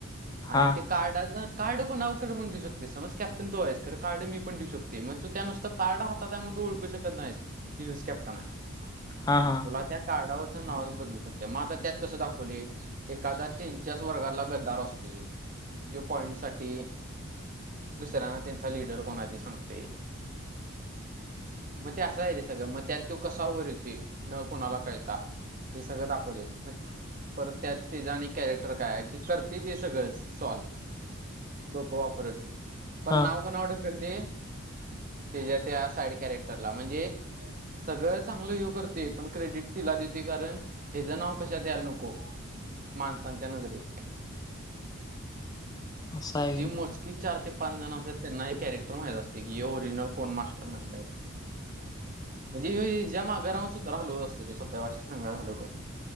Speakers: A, on the right; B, on the left.
A: आणि
B: हा
A: ते कार्डच कार्ड कोणाकड पण देऊ शकतेस समज कॅप्टन तू आहेस तर कार्ड मी पण देऊ शकतो. ते मग तू त्या नुसत कार्ड हात आहे म्हण ओळखू शकत नाहीस कीस कॅप्टन आहे.
B: हां हां.
A: तुला त्या कार्डावरचं नाव बदलू शकते मग आता त्यात कसं दाखवले. एखादा्. त्यानच्याच वर्गाला गद्दार असते जो पॉइंट साठी. दुसऱ्यांना त्यांचा लिडर कोण आहे ते सांगतेय. मग ते असा आहे रे सगळं मग त्यात तो कसा वर येतोय. कुणाला कळता हे सगळं दाखवले. पर त्यात त्याचा आणि कॅरेक्टर काय आहे की करते ते सगळंच सॉल्व. डोकं वापरून पण
B: हा
A: नाव कोणावर ढकलते. त्याच्या त्या साईड कॅरेक्टरला म्हणजे सगळं चांगलं ह्यो करतोय पण. क्रेडिट तिला देते कारण हचं नाव कशातात यायला नको माणसांच्या नजरेत.
B: असं आहे
A: जी
B: व्हय
A: मोजकी चार ते पाच जण असतात त्यांना हे कॅरेक्टर माहीत असते की हे ओरिजिनल कोण मास्टर माइंड आहे. म्हणजे हि ज्या मागे राहून सुत्र हलवात असती रे सोप्या भाषेत सांगायाचं झाल तर.